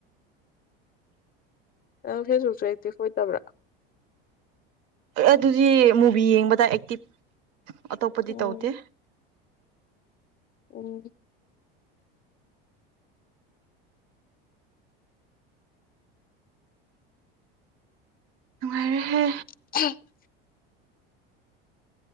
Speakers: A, on the left; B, on the right.
A: ꯅꯪ ꯐꯦꯁꯕꯨꯛꯁꯨ ꯑꯦꯛꯇꯤꯞ ꯑꯣꯏꯗꯕ꯭ꯔꯥ
B: ꯑꯗꯨꯗꯤ ꯃꯨꯚꯤ ꯌꯦꯡꯕꯗ ꯑꯦꯛꯇꯤꯞ ꯑꯇꯣꯞꯄꯗꯤ
A: ꯎꯝ
B: ꯇꯧꯗꯦ
A: ꯎꯝ
B: ꯅꯨꯡꯉꯥꯏꯔꯦꯍꯦ
A: <unintelligible>